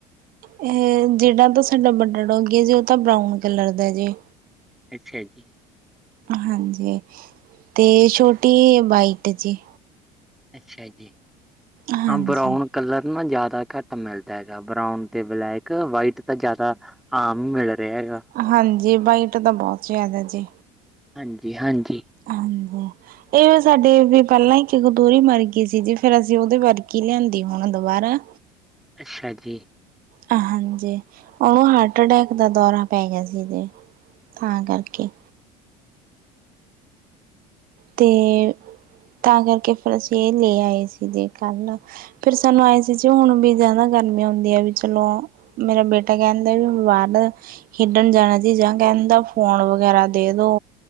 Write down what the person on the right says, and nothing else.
ਇਹ ਜਿਹੜਾ ਤਾਂ ਸਾਡਾ ਵੱਡਾ ਡੋਗੀ ਆ ਜੀ ਉਹ ਤਾਂ ਬਰਾਊਨ ਕਲਰ ਦਾ ਜੀ।
ਹਾਂਜੀ 'ਤੇ ਛੋਟੀ ਬਾਈਟ ਜੀ।
ਹਾਂਜੀ,
ਹਾਂਜੀ ਬਾਈਟ ਤਾਂ ਬੋਤ ਜ਼ਿਆਦਾ ਜੀ,
ਹਾਂਜੀ। ਇਹ ਸਾਡੇ ਵੀ ਪੈਲਾਂ ਹੀ ਇੱਕ ਦੋਰੀ ਮਰ ਗਈ ਸੀ, ਜੀ ਫੇਰ ਅਸੀਂ ਉਹਦੇ ਵਰ ਗੀ ਲਿਆਂਦੇ। ਦੀ ਹੁਣ ਦੁਬਾਰਾ।
ਹਾਂਜੀ, ਉਹਨੂੰ ਹਾਰਟ ਅਟੈਕ ਦਾ ਦੌਰਾ ਪੈ ਗਿਆ, ਸੀਦੇ ਤਾ ਕਰਕੇ। ਤੇ ਤਾਂ ਕਰਕੇ ਫਿਰ, ਅਸੀਂ ਇਹ ਲੈ ਆਏ ਸੀ ਜੇ ਕੱਲ੍ਹ। ਫੇਰ ਸਾਨੂੰ ਆਏ ਸੀ ਜ ਹੁਣ ਵੀ ਜ਼ਿਆਦਾ ਗਰਮੀ, ਹੁੰਦੀ ਹੈ ਵੀ ਚਲੋ। ਮੇਰਾ ਬੇਟਾ ਕਹਿੰਦਾ ਵੀ ਬਾਹਰ ਦਾ। ਖੇਡਣ ਜਾਣਾ ਜੀ ਜਾਂ ਕਹਿੰਦਾ ਫੋਨ ਵਗੈਰਾ ਦੇ ਦੋ।